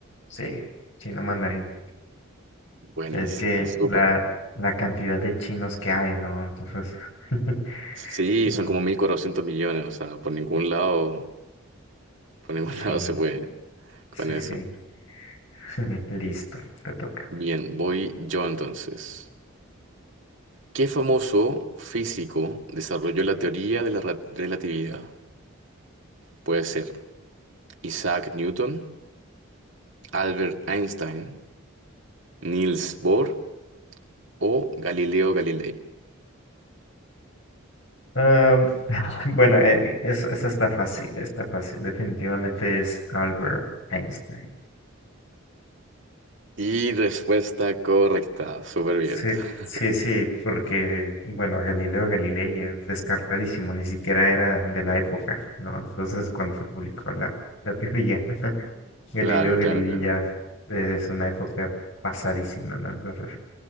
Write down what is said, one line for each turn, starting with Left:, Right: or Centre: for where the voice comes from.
Left: Sí, chino mandarín.
Right: Buenísima,
Left: Es que
Right: súper.
Left: la, la cantidad de chinos que hay, ¿no? Entonces, <laughs>
Right: Sí,
Left: no,
Right: son como 1.400 millones, o sea, por ningún lado, por ningún
Left: sí,
Right: <laughs> lado se puede
Left: sí,
Right: con eso.
Left: sí. <laughs> Listo, te toca.
Right: Bien, voy yo entonces. ¿Qué famoso físico desarrolló la teoría de la re- relatividad? Puede ser Isaac Newton, Albert Einstein, Niels Bohr o Galileo Galilei.
Left: Am, <laughs> bueno, eh, es- esa está fácil, está fácil. Definitivamente es Albert Einstein.
Right: Y respuesta correcta, súper bien.
Left: Sí,
Right: <laughs>
Left: sí, sí, porque, bueno, Galileo Galilei es descartadísimo, ni siquiera era de la época, ¿no? Entonces, cuando se publicó la, la teoría, <laughs> Galileo
Right: Claro,
Left: Galilei
Right: claro, claro.
Left: ya es una época pasadísima, ¿no? Entonces,